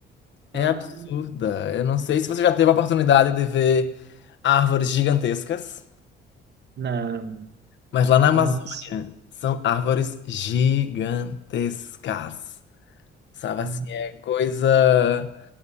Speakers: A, on the left (about 65°); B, on the right (about 60°).
A: é
B: Ah,
A: absurda. Eu não sei se você já teve a oportunidade de ver árvores gigantescas.
B: não,
A: Mas lá na Amazônia
B: mas.
A: são árvores gigantescas. Sabe
B: Ah,
A: assim, é coisa.